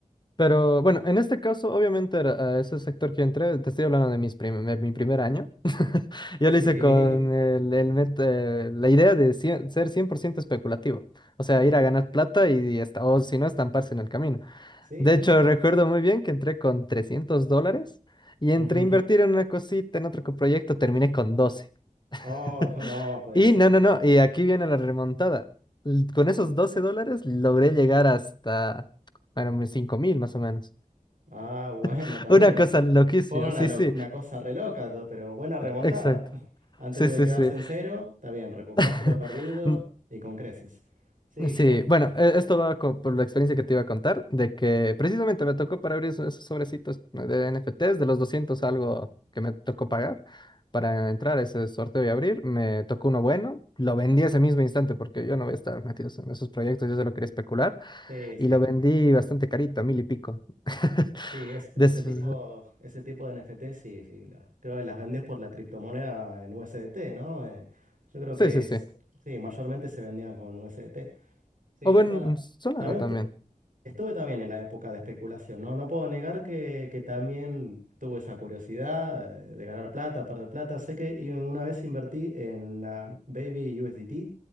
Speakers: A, on the left; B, on the right.
A: Pero bueno, en este caso, obviamente, era, eh, ese sector que entré, te estoy hablando de mis prim- de mi primer año. <laughs> Yo
B: Sí.
A: lo hice con el, el met- eh, la idea de cien- ser 100% especulativo. O sea,
B: <laughs> ujú,
A: ir a ganar plata y, hasta, o si no, estamparse en el camino.
B: Sí.
A: De hecho, recuerdo muy bien que entré con 300 dólares y entre
B: ujú.
A: invertir en una cosita, en otro proyecto, terminé con 12.
B: Oh,
A: <laughs>
B: no, pues
A: Y
B: sí.
A: no, no, no, y aquí viene la remontada. L- Con esos 12 dólares logré llegar hasta, bueno, mis cinco mil más o menos.
B: Ah, bueno,
A: <laughs>
B: está
A: Una
B: bien, pero
A: cosa
B: fu-
A: loquísima,
B: fue, una,
A: sí,
B: lo-
A: sí,
B: una cosa re loca, to- pero buena remontada.
A: exacto.
B: <laughs> Antes
A: Sí,
B: de
A: sí,
B: quedarse
A: sí.
B: en cero, está bien, recuperaste
A: <laughs>
B: lo perdido
A: N-
B: y con creces. Sí,
A: Sí,
B: yo...
A: bueno, e- esto va co- por la experiencia que te iba a contar, de que precisamente me tocó para abrir eso- esos sobrecitos de NFTs, de los 200 algo que me tocó pagar para entrar a ese sorteo y abrir, me tocó uno bueno, lo vendí ese mismo instante porque yo no voy a estar metido en esos proyectos, yo solo quería especular.
B: Sí, sí.
A: Y lo vendí bastante carito, a mil y pico. <laughs>
B: Sí, es,
A: De
B: ese
A: esos-
B: tipo, ese tipo de NFT, sí, sí. la- creo que las vendes por la criptomoneda en USDT, ¿no? Eh, yo creo
A: Sí,
B: que
A: sí,
B: es,
A: sí.
B: sí, mayormente se vendían con USDT. Sí,
A: O
B: yo
A: bueno,
B: para...
A: Solana
B: También
A: también.
B: tu- estuve también en la época de especulación, ¿no? No puedo negar que, que también tuve esa curiosidad eh, de ganar plata, perder plata. Sé que y una vez invertí en la Baby USDT,